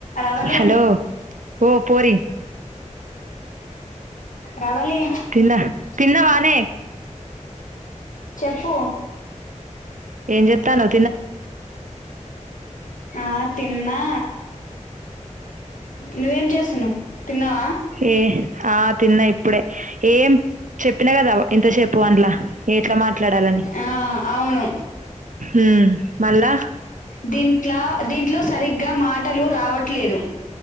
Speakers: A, on the left; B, on the right.
A: Ravali
B: hello ఓ పోరి
A: రవలి
B: తిన్నా తిన్నావానే
A: చెప్పు
B: ఏం చెతనవ్
A: ఆ తిన్నా నువ్వేం చేస్తున్నావు తిన్నావా
B: ఏ ఆ తిన్నా ఇప్పుడే ఏం చెప్పినా కదా ఇంతసేపు అండ్ల ఎట్లా మాట్లాడాలని
A: ఆ అవును
B: ఊ మళ్ళా
A: దీంట్లో దీంట్లో సరిగ్గా మాటలు రావట్లేదు